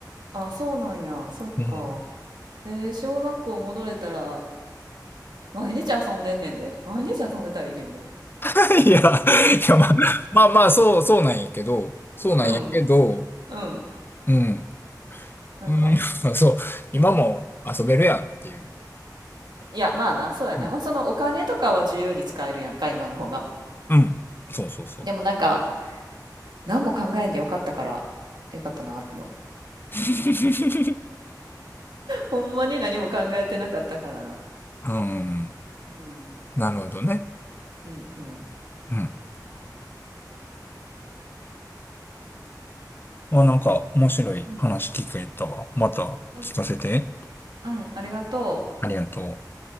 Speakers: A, on the right; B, on the left.
A: あ、そうなんや。そっか。
B: うん。
A: えー、小学校戻れたら、毎日遊んでんねんで。毎日遊んでたらいいねんで。
B: <laughs> いや、いや、まあ、まあ、まあ、そう、そうなんやけど、そうなんやけど、
A: うん、うん。
B: うん。
A: なんか、
B: うん、<laughs> そう、今も遊べるやんっていう。
A: いや、まあな、そうやな。
B: うん。
A: まあそのお金とかは自由に使えるやんか、今の方が。
B: うんそうそうそう。
A: でもなんか、何も考えんでよかったから、よかったなって思う。
B: <laughs>
A: ほんまに何も考えてなかったからな。
B: うん。
A: うん、
B: なるほどね。
A: うん、うん。
B: うん。あ、なんか面白い話聞けたわ。
A: うん、
B: また聞かせて。
A: うん。うん、ありがとう。
B: ありがとう。